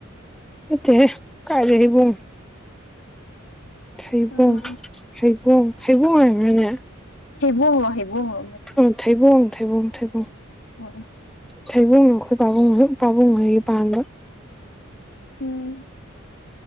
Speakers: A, in the centre; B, on the left (about 65°).
A: ꯏꯠꯇꯦ ꯀꯥꯏꯗ ꯍꯕꯣ ꯊꯩꯕꯣꯡ
B: ꯎꯝ
A: ꯍꯩꯕꯣꯡ ꯍꯩꯕꯣꯡ ꯍꯥꯏꯕꯅꯦ
B: ꯍꯩꯕꯣꯡꯂꯣ ꯍꯩꯕꯣꯡꯂꯣ
A: ꯎ ꯊꯩꯕꯝ ꯊꯩꯕꯝ ꯊꯩꯕ
B: ꯑꯝ
A: ꯊꯩꯕꯨꯡꯅꯣ ꯑꯩꯈꯣꯏ ꯄꯥꯕꯨꯡ ꯄꯥꯕꯨꯡ ꯍꯣꯏꯒꯤ ꯄꯥꯟꯕ
B: ꯎꯝ